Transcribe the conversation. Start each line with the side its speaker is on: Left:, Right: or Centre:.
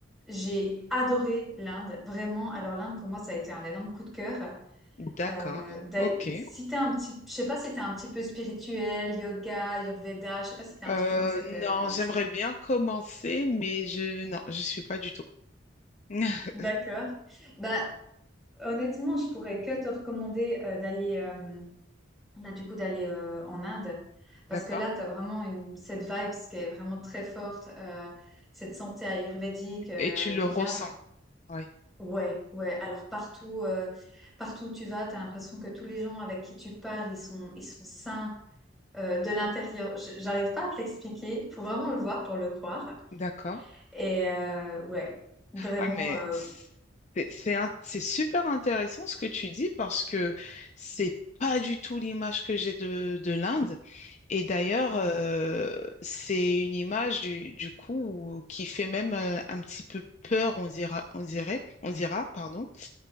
Centre: j'ai adoré l'Inde, vraiment. Alors l'Inde pour moi ça a été un énorme coup de cœur.
Left: D'accord,
Centre: Euh, d'ail-
Left: ok.
Centre: si t'es un petit, je sais pas si t'es un petit peu spirituel, yoga, Ayurveda, je sais pas si t'es un
Left: Euh,
Centre: petit peu dans cette vibe
Left: non, j'aimerais bien commencer, mais je... Non, je suis pas du tout. <laughs>
Centre: D'accord. Bah, honnêtement, je pourrais que te recommander euh, d'aller euh, bah, du coup d'aller euh, en Inde parce
Left: D'accord.
Centre: que là, tu as vraiment une, cette vibe qui est vraiment très forte, euh, cette santé ayurvédique euh,
Left: Et tu
Centre: qui
Left: le ressens.
Centre: vient. Donc,
Left: Oui,
Centre: ouais, ouais. Alors partout, euh, partout où tu vas, tu as l'impression que tous les gens avec qui tu parles, ils sont, ils sont sains. euh, de l'intérieur. Je- J'arrive pas à te l'expliquer. Faut vraiment le voir pour le croire.
Left: d'accord.
Centre: Et euh, ouais, vraiment.
Left: Ah, mais
Centre: euh,
Left: c'est c'est un- c'est super intéressant ce que tu dis parce que c'est pas du tout l'image que j'ai de, de l'Inde. Et d'ailleurs,
Centre: ah,
Left: euh, c'est une image du, du coup où- qui fait même euh, un petit peu peur, on dira, on dirait, on dira, pardon.